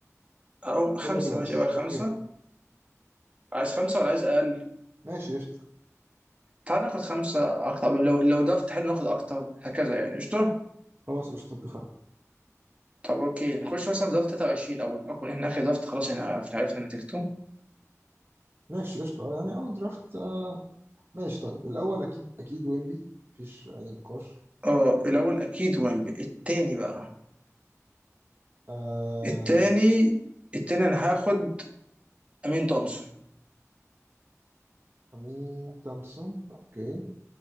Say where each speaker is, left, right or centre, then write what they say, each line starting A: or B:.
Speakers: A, on the right; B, on the right.
A: او خمسه
B: كل كلاس
A: ماشي بقى خمسه
B: اوكي
A: عايز خمسه ولا عايز اقل
B: ماشي قشطة
A: تعال ناخد خمسه اكتر لو لو درافت حلو ناخد اكتر هكذا يعني قشطه
B: خلاص قشطة اتفقنا
A: طب اوكي نخش مثلا في درافت 23 اول بحكم ان احنا اخر درافت خلاص احنا عرفنا نتيجته
B: ماشي قشطة اه يعني أول درافت ماشي طيب الأول أكيد أكيد ويمبي مفيش أي نقاش
A: اه الاول اكيد ويمبي التاني بقى
B: آم،
A: التاني التاني انا هاخد امين تومسون
B: أمين تومسون أوكي